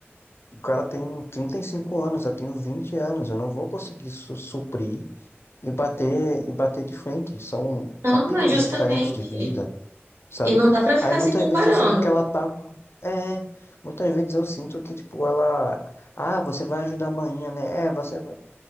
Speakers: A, on the left; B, on the right.
A: O cara tem 35 anos, eu tenho 20 anos, eu não vou conseguir su- suprir e bater e bater de frente. São
B: Não,
A: capítulos
B: é justamente.
A: diferentes de vida, sabe?
B: E não dá pra ficar
A: Aí muitas
B: se comparando.
A: vezes eu sinto que ela tá. É, muitas vezes eu sinto que, tipo, ela. Ah, você vai ajudar amanhã, né? É, você vai.